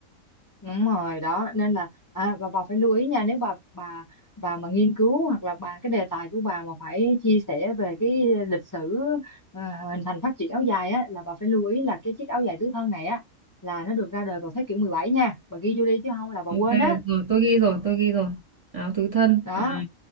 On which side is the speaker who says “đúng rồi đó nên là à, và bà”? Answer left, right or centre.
Left